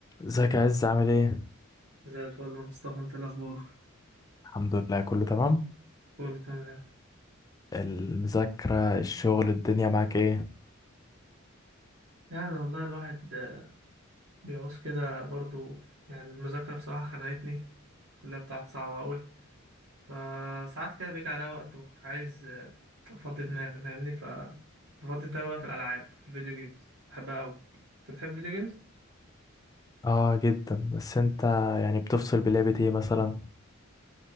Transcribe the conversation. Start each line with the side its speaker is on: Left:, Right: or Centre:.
Left: ازيك يا عز عامل ايه؟
Right: زي الفل يا مصطفى انت إيه الاخبار
Left: الحمد لله كله تمام
Right: كله تمام
Left: المذاكرة الشغل الدنيا معاك ايه؟
Right: يعني والله الواحد بيعوز كده برضو يعني المذاكرة بصراحة خنقتني الكلية بتاعت صعبة قوي فساعات كده بيجي عليا وقت بكون عايز افضي دماغي فاهمني ف بفضي دماغي بقى في الالعاب في الفيديو جيمز بحبها قوي انت بتحب الفيديو جيمز
Left: اه جدا بس انت يعني بتفصل بلعبة ايه مثلا؟